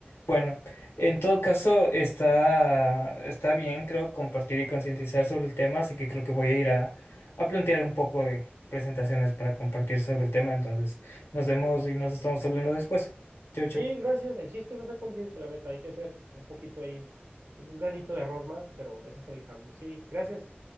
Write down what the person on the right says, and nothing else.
Sí, gracias. El chiste es hacer conciencia, la neta. Hay que hacer un poquito ahí, un granito de arroz más, pero ese es el cambio. Sí, gracias.